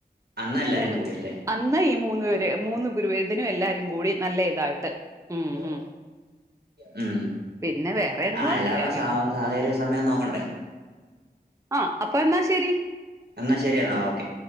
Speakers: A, on the right; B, on the right.
A: അന്ന് എല്ലാരും
B: മൂന്ന്
A: കൂടിയല്ലേ
B: അന്ന് ഈ മൂന്ന് പേര് മൂന്ന് ഗുരുവേദനും എല്ലാരും കൂടി നല്ല ഇതായിട്ട് ഉം
A: ഹലോ
B: ഉം
A: ഉ
B: പിന്നെ വേറെ എന്തുവാ
A: ആഹ് എല്ലാവരുടെ
B: വേറെ
A: സ
B: ഒന്നും
A: സാഹചര്യ സമയം നോക്കണ്ടേ <inaudible>
B: ആഹ് അപ്പൊ എന്നാ ശരി
A: എന്നാ ശരിയെന്നാ ഓക്കെ